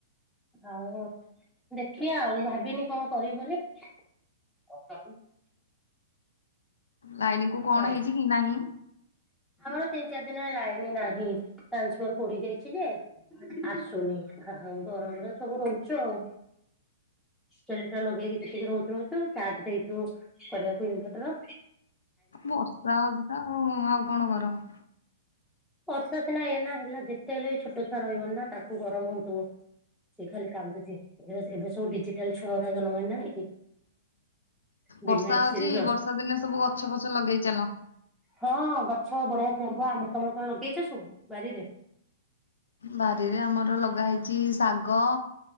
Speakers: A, in the centre; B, on the left (about 85°).
A: ଆଉ ଦେଖିବା ଆଉ ଭାବିନି କଣ କରିବି ବୋଲି <inaudible>
B: ଲାଇନ କୁ କଣ
A: ହଁ
B: ହେଇଚି କି ନାହିଁ?
A: ଆମର ତିନି ଚାରି ଦିନ ଲାଇନ ନାହିଁ ଟ୍ରାନ୍ସଫର୍ ପୋଡି ଯାଇଛି ଯେ ଆସୁନି। ହଉ ଗରମରେ ସବୁ ରହୁଛୁ ଆଉ। ଜେନିଟର ଲଗେଇକିି ଯେତିକି ରହୁଛୁ ରହୁଛୁ ଚାର୍ଜ ଦେଇଛୁ, କରିବାକୁ ଇନଭେର୍ଟର
B: ବର୍ଷା ହଉଚି ତ ଆଉ ଆଉ କଣ କରବ?
A: ବର୍ଷା ସିନା ଏଇନା ହେଲା ଯେତେ ହେଲେ ବି ଛୋଟ ଛୁଆ ରହିବନି ନା ତାକୁ ଗରମ ହଉଥିବ। ସେ ଖାଲି କାନ୍ଦୁଚି ଏ ଏବେ ସବୁ ଡିଜିଟାଲ ଛୁଆ ଗୁରା ଜନ୍ମ ହୋଇନାହାନ୍ତି କି? ବିନା
B: ବର୍ଷା
A: ଏସିରେ
B: ହଉଚି
A: ଚଳୁ।
B: ବର୍ଷା ଦିନେ ସବୁ ଗଛ ଫଛ ଲଗେଇ ଚାଲ
A: ହଁ ଗଛ ବଢିଆ ସେ ହବ ଆମ ତମର କଣ ଲଗେଇଚ ସବୁ ବାରିରେ?
B: ବାରିରେ ଆମର ଲଗା ହେଇଚି ଶାଗ